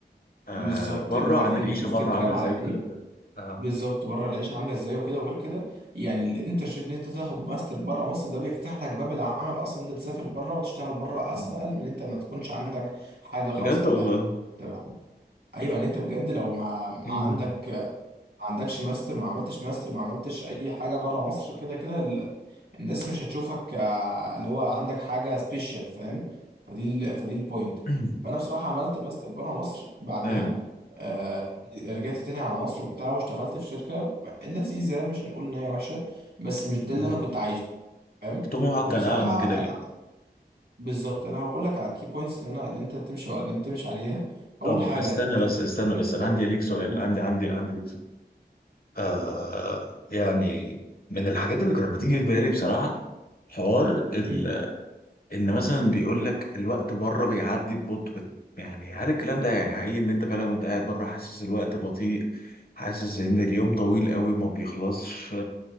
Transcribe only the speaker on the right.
بالظبط
اللي هو
ايه
انا شفت
الكلام
على
ايه
بالظبط بره العيشه عامله ازاي وكده وغير كده يعني الانترشيب ان انت تاخد ماستر بره مصر ده بيفتح لك باب العمل اصلا انت تسافر بره وتشتغل بره
اسهل من انت ما تكونش عندك حاجه خالص
قبلها
تمام ايوه يعني انت بجد لو ما ما
عندك ما عندكش ماستر ما عملتش ماستر ما عملتش اي حاجه بره مصر كده كده الناس مش هتشوفك آه، اللي هو عندك حاجة سبيشال فاهم فدي ال فدي البوينت
فأنا بصراحة عملت ماستر بره مصر بعدها
آه رجعت تاني على مصر وبتاع واشتغلت في شركة لذيذة مش هنقول إن هي وحشة بس مش ده
اللي أنا كنت عايزه فاهم
فبصراحة
أنا بالظبط أنا هقول لك على الكي بوينتس اللي أنا اللي أنت تمشي اللي أنت تمشي عليها
أول حاجة
ت-
ك-
أنت-
أو-
قول
مم.